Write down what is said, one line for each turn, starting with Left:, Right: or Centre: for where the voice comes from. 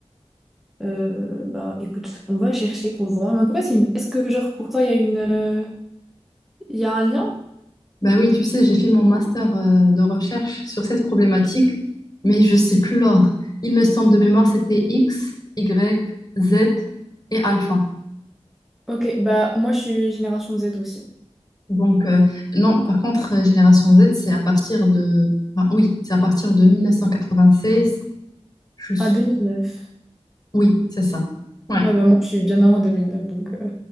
Centre: euh, bah écoute, on va chercher pour voir. Mais en tout cas, c'est une- est-ce que genre pour toi, il y a une, euh, il y a un lien?
Left: Ben oui, tu sais, j'ai fait mon master euh, de recherche sur cette problématique, mais je sais plus l'ordre. Il me semble de mémoire, c'était X, Y, Z et alpha.
Centre: Ok, bah moi je suis génération Z aussi.
Left: Donc, euh, non, par contre, euh, génération Z, c'est à partir de... ben oui, c'est à partir de 1996 je
Centre: Ah, 2009.
Left: Oui, c'est ça. Ouais.
Centre: Ouais, bah moi je suis bien avant 2009 donc. euh,